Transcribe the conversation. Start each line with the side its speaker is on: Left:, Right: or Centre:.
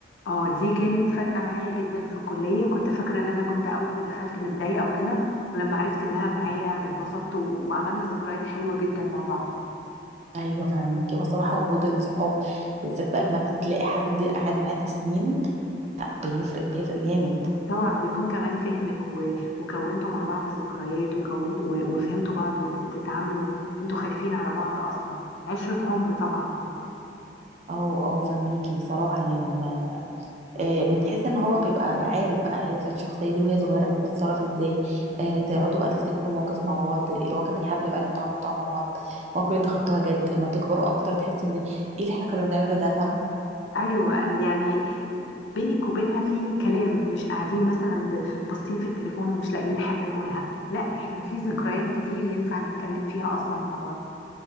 Left: اه دي كانت فارقه معايا جدا في الكليه كنت فاكره ان انا كنت اول ما دخلت متضايقه وكده ولما عرفت انها معايا اتبسطت و- وعملنا ذكريات حلوه جدا مع بعض
Right: ايوه فاهمك هو صراحه وجود الصحاب بالذات بقى لما تلاقي حد قاعد معاكي سنين لا بيفرق بيفرق جامد
Left: طبعا بيكون كمان فهمك و... وكونتوا مع بعض الذكريات وكونت و... وفهمتوا بعض وبتتعاملوا انتوا خايفين على بعض اصلا عشره عمر طبعا مع بعض
Right: اه اه فاهميكي صراحة يعني ما آه بتحس ان هو بيبقى عارف بقى عارف الشخصية دي وهي صغيرة كانت بتتصرف ازاي آه تقعدوا بقى تفتكروا مواقف مع بعض المواقف الهبلة بقى اللي انتوا عملتوها مع بعض المواقف اللي انتوا خدتوها جد اما تكبروا اكتر تحسوا ان ايه اللي احنا كنا بنعمله ده
Left: ايوه يعني بينك وبينها في كلام مش قاعدين مثلا ب- باصين في التليفون ومش لاقيين حاجه نقولها لا احنا في ذكريات
Right: فاهمة
Left: كتير ينفع نتكلم فيها اصلا مع بعض